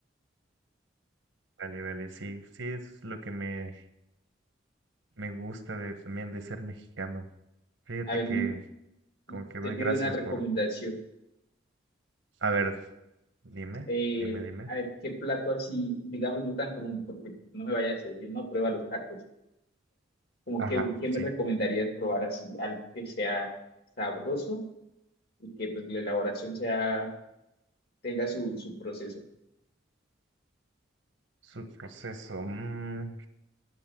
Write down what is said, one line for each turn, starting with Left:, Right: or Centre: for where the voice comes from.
Right: vale, vale, sí, sí, es lo que me, me gusta de, también de ser mexicano. Fíjate
Left: A ver,
Right: que
Left: y,
Right: como
Left: y
Right: que
Left: te
Right: doy
Left: pido
Right: gracias
Left: una recomendación.
Right: por... A ver, dime,
Left: Eh,
Right: dime, dime.
Left: a ver, ¿qué plato así, digamos, no tan común, porque no me vayas a decir, no, prueba los tacos, Como
Right: Ajá,
Left: que, ¿qué me
Right: sí.
Left: recomendarías probar así? Algo que sea sabroso y que pues la elaboración sea, tenga su, su proceso.
Right: Su proceso. mm,